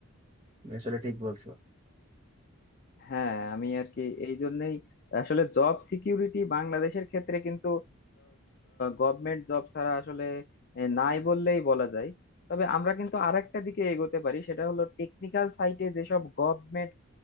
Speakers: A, on the right (about 25°); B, on the left (about 45°).
A: তুমি আসলে ঠিক বলছো
B: হ্যাঁ আমি আর কি এই জন্যই আসলে জব সিকিউরিটি বাংলাদেশের ক্ষেত্রে কিন্তু গভর্নমেন্ট জব ছাড়া আসলে আহ, নাই বললেই বলা যায় তবে আমরা কিন্তু আরেকটা দিকে এগোতে পারি সেটা হলো টেকনিক্যাল সাইটে যেসব গভর্নমেন্ট